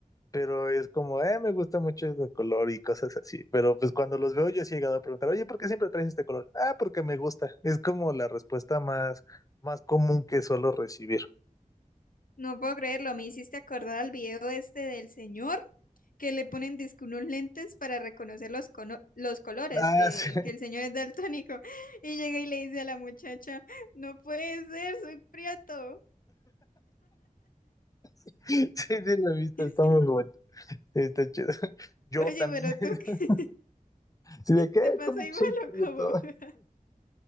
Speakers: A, on the left; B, on the left.
A: pero es como, eh, me gusta mucho este color y cosas así. Pero pues cuando los veo yo sí he llegado a preguntar, oye, ¿por qué siempre traes este color? Ah, porque me gusta. Es como la respuesta más, más común que suelo recibir.
B: No puedo creerlo, me hiciste acordar al video este del señor que le ponen disque unos lentes para reconocer los, cono- los colores,
A: Ah,
B: que,
A: sí,
B: que el señor es daltónico. <laughs> Y llega y le dice a la muchacha, no puede ser, soy prieto.
A: <laughs> sí, sí, la he visto
B: <laughs>
A: está muy bueno. Sí, Está chido. Yo
B: Oye,
A: también.
B: pero tú qué-
A: <laughs> Sí,
B: <laughs>
A: ¿de qué?
B: te pasó
A: ¿Cómo
B: igual
A: que soy prieto?
B: o cómo? <laughs>